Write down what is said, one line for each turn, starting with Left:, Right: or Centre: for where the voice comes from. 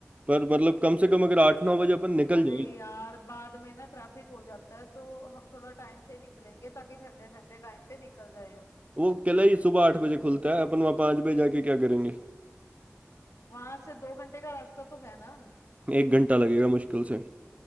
Right: पर मतलब कम से कम अगर आठ नौ बजे अपन निकल
Left: अरे
Right: जाए
Left: यार बाद में ना ट्रैफिक हो जाता है तो हम थोड़ा टाइम से ही निकलेंगे ताकि ठंडे ठंडे टाइम पे निकल जाए हम
Right: वो किला ही सुबह आठ बजे खुलता है अपन वहाँ पाँच बजे जाके क्या करेंगे
Left: वहां से दो घंटे का रास्ता तो है ना
Right: एक घंटा लगेगा मुश्किल से